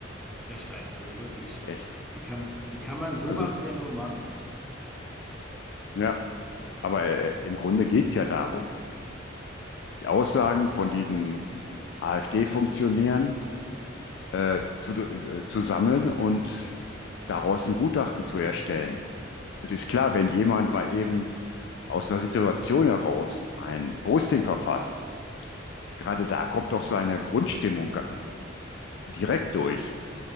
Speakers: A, in the centre; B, on the left.
A: Frechheit, also wirklich.
B: Echt?
A: Wie kann man, wie kann man sowas
B: Also,
A: denn nur machen?
B: ja, aber äh, im Grunde geht's ja darum, die Aussagen von diesen AfD-Funktionären äh, zu, äh, zu sammeln und daraus ein Gutachten zu erstellen. Und ist klar, wenn jemand mal eben aus einer Situation heraus ein Posting verfasst, gerade da kommt doch seine Grundstimmung direkt durch.